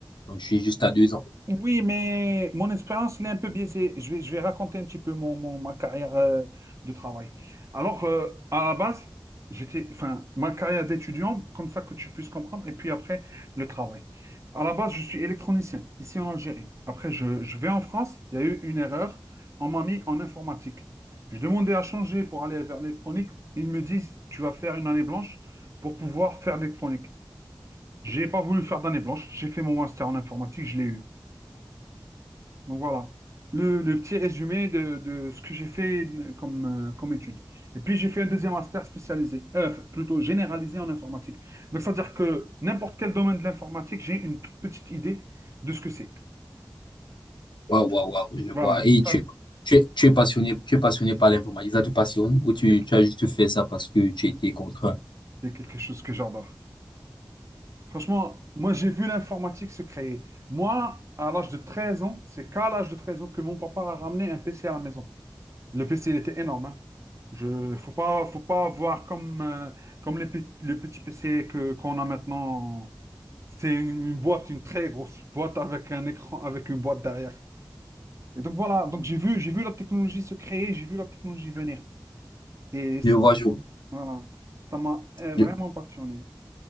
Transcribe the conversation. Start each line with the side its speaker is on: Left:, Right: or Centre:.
Left: Donc, je suis juste à deux ans.
Right: Oui, mais mon expérience, elle est un peu biaisée. Je vais, je vais raconter un petit peu mon, mon- ma carrière euh, de travail. Alors, euh, à la base, j'étais, enfin, ma carrière d'étudiant, comme ça que tu puisses comprendre, et puis après, le travail. À la base, je suis électronicien, ici en Algérie. Après, je, je vais en France, il y a eu une erreur, on m'a mis en informatique. Je demandais à changer pour aller vers l'électronique. Ils me disent, tu vas faire une année blanche pour pouvoir faire l'électronique. J'ai pas voulu faire d'année blanche, j'ai fait mon master en informatique, je l'ai eu. Donc voilà, le, le petit résumé de, de ce que j'ai fait euh, comme, euh, comme étude. Et puis j'ai fait un deuxième master spécialisé, euh, plutôt généralisé en informatique. Donc c'est-à-dire que n'importe quel domaine de l'informatique, j'ai une toute petite idée de ce que c'est.
Left: Waouh, waouh, waouh, je
Right: Voilà,
Left: vois. Et
Right: c'est ça,
Left: tu es, tu es, tu es passionné, tu es passionné par l'informatique, ça te passionne ou tu,
Right: c'est
Left: tu as juste fait ça parce que tu étais contraint?
Right: c'est quelque chose que j'adore. Franchement, moi j'ai vu l'informatique se créer. Moi, à l'âge de 13 ans, c'est qu'à l'âge de 13 ans que mon papa a ramené un PC à la maison. Le PC, il était énorme. hein. Je, faut pas, faut pas voir comme, euh, comme les pe- le petit PC que, qu'on a maintenant. C'était une, une boîte, une très grosse boîte avec un écran, avec une boîte derrière. Et donc voilà, donc j'ai vu, j'ai vu la technologie se créer, j'ai vu la technologie venir. Et ça,
Left: Je vois,
Right: c'est-
Left: je,
Right: voilà, ça m'a euh, vraiment
Left: je-
Right: passionné.